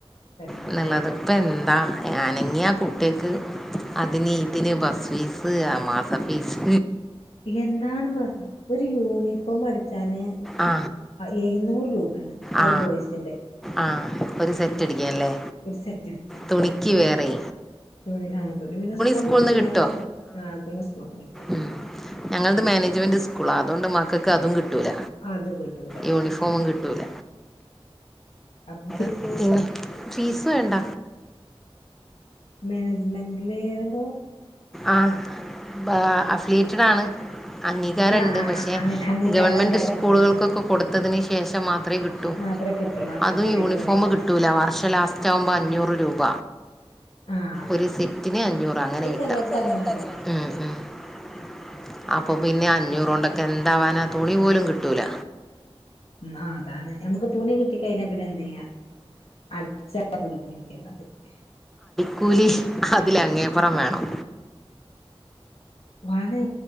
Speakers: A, on the left; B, in the centre.
A: വരുന്നുണ്ട്ന്ന്
B: എന്ന്ള്ളത്, ഇപ്പോന്താ അനങ്ങിയാ കുട്ടിയക്ക് അതിന്, ഇതിന് ബസ് ഫീസ് മത ഫീസ്
A: എന്താണ്, ബസ് ഒരു യൂണിഫോം അടിച്ചാന്
B: ആ
A: ആയി എഴുന്നൂറ് രൂപാണ്,
B: ആ
A: ഒരു ബോയ്സിന്റെ.
B: ആ ഒരു, സെറ്റ്, അടിക്കാനല്ലേ
A: ഒരു സെറ്റ് എടുക്കാന്
B: തുണിക്ക് വേറെ
A: തുണി, ആ തുണി പിന്നെ സ്കൂള്ന്ന്
B: സ്കൂളിൽ
A: കിട്ടി,
B: നിന്ന് കിട്ടോ
A: ഞങ്ങള് ആ തുണി സ്കൂള്ന്ന് കിട്ടി.
B: ഉം. ഞങ്ങളത്, മാനേജ്മെന്റ് സ്കൂളാ അതൊണ്ട് മകക്ക് അതും കിട്ടൂല
A: അതും കിട്ടൂല
B: യൂണിഫോമും കിട്ടൂല.
A: അപ്പ്
B: <unintelligible> ഫീസ് വേണ്ട
A: മാനേജ്മെന്റില് ഏതോ
B: ആ ബ <unintelligible> ആണ് അംഗീകരണ്ട്,
A: ആ ആ
B: പക്ഷേ
A: ആ അങ്ങനെ അംഗീകാരണ്ട്
B: ഗവൺമെന്റ് സ്കൂളുകൾക്കൊക്കെ,
A: ആ ഷോപ്പ് ഷോപ്പ്
B: കൊടുത്തതിന് ശേഷം മാത്രേ കിട്ടൂ.
A: പക്ഷെ മാത്രമേ കിട്ടുള്ളൂ ആ മനസ്സിലായി
B: അതും, യൂണിഫോംമ്
A: ഇപ്പ മനസ്സിലായി
B: കിട്ടൂല വർഷം ലാസ്റ്റ് ആവുമ്പ അഞ്ഞൂറ് രൂപ
A: ആഹ്
B: ഒരു സെറ്റിന് അഞ്ഞൂറ് അങ്ങനെ
A: അത്
B: കിട്ട
A: ചെലോടത്ത്
B: ചേലോടത്
A: അങ്ങനെണ്ട്
B: അങ്ങനെയാണ്. ഉം ഉം അ അപ്പ, പിന്നെ അഞ്ഞൂറ്, കൊണ്ടൊക്കെ എന്താവാനാ തുണി പോലും കിട്ടില്ല.
A: ഇന്നാ ആ അതാണ് ഞമ്മക്ക് തുണി കിട്ടികയിഞ്ഞാ പിന്നെ എന്തിയ അടിച്ചാ <unintelligible>
B: കൂലി, അതില് അങ്ങേപ്പറം വേണം.
A: വണ്ണേ,